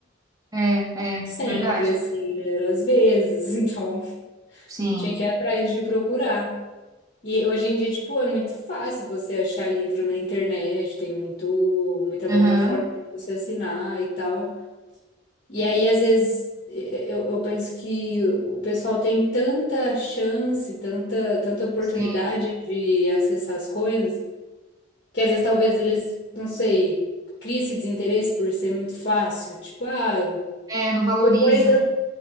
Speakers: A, on the right; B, on the left.
A: É, é,
B: Sempre
A: verdade.
B: assim, né? Era Às vezes, <laughs> então
A: Sim.
B: eu tinha que ir atrás de procurar. E hoje em dia, tipo, é muito fácil você achar livro na internet, tem muito, muita plataforma
A: Aham.
B: pra você assinar e tal. E aí, às vezes, eh, eu, eu penso que o pessoal tem tanta chance, tanta, tanta oportunidade
A: Sim.
B: de acessar as coisas, que às vezes talvez eles, não sei, cria esse desinteresse por ser muito fácil. Tipo, ah,
A: É, não valoriza.
B: depois eu,